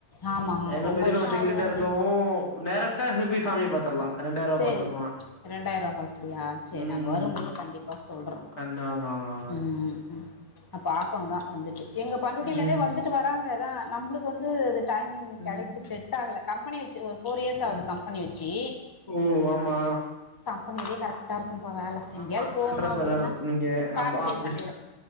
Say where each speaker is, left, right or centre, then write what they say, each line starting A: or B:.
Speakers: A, on the left (about 20°); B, on the left (about 40°).
A: ஆமா
B: எங்க
A: ரொம்ப
B: பெரியவங்க
A: வருஷம்
B: செக்யூரிடியா
A: ஆகுது வந்து
B: இருக்கவு டேரக்டா அங்க போய் சாமிய பாத்துர்லா ரெண்டாயிரூவா
A: சேரி
B: பஸ்ல போனா
A: ரெண்டாயிரூவா பஸ்லையா சேர்
B: ம்
A: நாங்க வரும்போது கண்டிப்பா சொல்றோ
B: ம் உக்காந்து வாங்க வாங்க வாங்க
A: ம் ம் நா பாக்கணுந்தா வந்துட்டு எங்க பண்ரூட்டிலே இருந்தே
B: ம்
A: வந்துட்டு வராங்க தா நம்ளுக்கு வந்து அது டைமிங்
B: ம்
A: கெடைக்கு செட் ஆகல கம்பெனி வெச்சு ஒரு ஃபோர் இயர்ஸ்
B: ம்
A: ஆகுது கம்பெனி வெச்சி
B: ஓ ஆமா
A: பண்ணதே கரெக்டா இருக் இருக்கும்பா வேல எங்கேயாவது
B: ஆமா
A: போகணு
B: ஆண்டர்பனர்
A: அப்டின்னா
B: நீங்க
A: சாட்டர்டே
B: அப் ஆ
A: சண்டேதா
B: பிஸ்